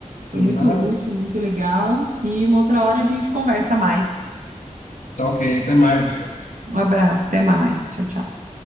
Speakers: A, on the right (about 75°); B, on the left (about 80°).
A: Foi
B: Ah,
A: muito útil, muito legal. E uma outra hora a gente conversa mais.
B: Tá ok, até mais.
A: Um abraço, até mais. Tchau, tchau.